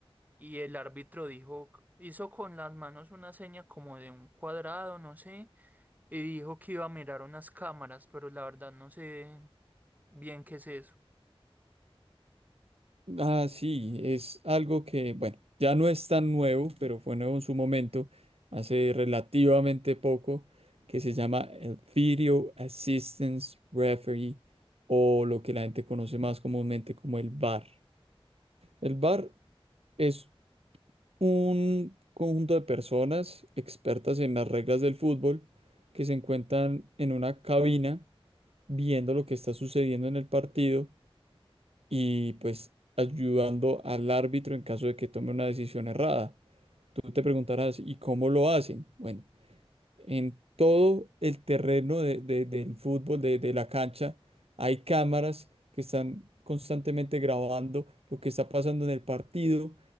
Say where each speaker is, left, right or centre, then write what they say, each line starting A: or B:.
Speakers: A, on the right; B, on the right.
A: y el árbitro dijo, hizo con las manos una seña como de un cuadrado, no sé, y dijo que iba a mirar unas cámaras, pero la verdad no sé bien qué es eso.
B: Ah, sí, es algo que, bueno, ya no es tan nuevo, pero fue nuevo en su momento, hace relativamente poco, que se llama el Video Assistance Referee o lo que la gente conoce más comúnmente como el VAR. El VAR es un conjunto de personas expertas en las reglas del fútbol que se encuentran en una cabina viendo lo que está sucediendo en el partido y pues ayudando al árbitro en caso de que tome una decisión errada. Tú te preguntarás, ¿y cómo lo hacen? Bueno, en todo el terreno de- de- del fútbol, de, de la cancha, hay cámaras que están constantemente grabando lo que está pasando en el partido